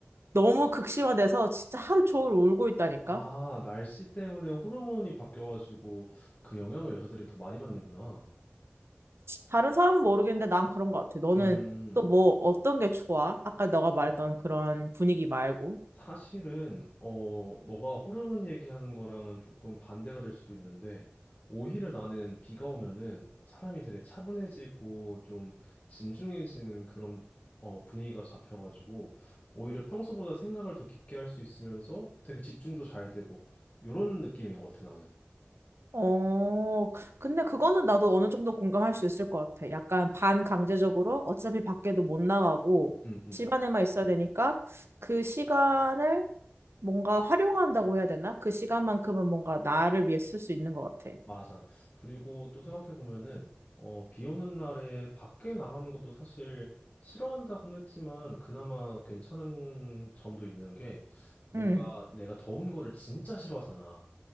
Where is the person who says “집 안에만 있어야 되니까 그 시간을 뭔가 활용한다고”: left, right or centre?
Right